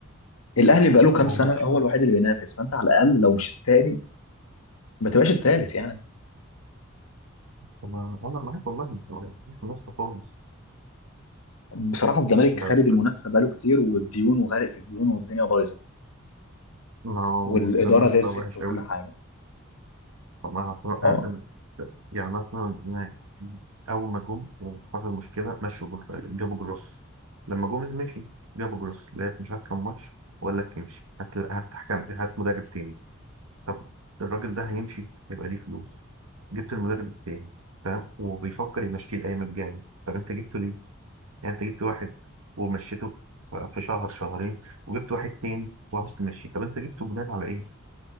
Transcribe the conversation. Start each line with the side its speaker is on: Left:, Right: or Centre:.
Left: الاهلي بقاله كام
Right: ما
Left: سنه
Right: هو مفيش
Left: هو الوحيد اللي بينافس فانت على الاقل لو مش الثاني ما تبقاش الثالث يعني
Right: ما أنا معاك والله مش مش في النص خالص
Left: بصراحه الزمالك
Right: بس
Left: خارج المنافسه بقاله كتير والديون وغارق في الديون والدنيا بايظه
Right: ما هو
Left: والاداره
Right: الزمالك
Left: زي الزفت
Right: بقى وحش
Left: وكل
Right: أوي
Left: حاجه
Right: فما هتبقى-
Left: اه
Right: يعني مثلا أنا أول ما جم وحصل مشكلة مشوا جر- جابوا جروس لما جوميز مشي جابوا جروس لعب مش عارف كام ماتش وقال لك يمشي هات هات حكم هات مدرب تاني طب الراجل ده هيمشي هيبقى ليه فلوس جبت المدرب التاني فاهم وبيفكر يمشيه الأيام الجاية طب أنت جبته ليه؟ يعني انت جبت واحد ومشيته في في شهر شهرين وجبت واحد تاني وعاوز تمشيه طب انت جبته بناء على ايه؟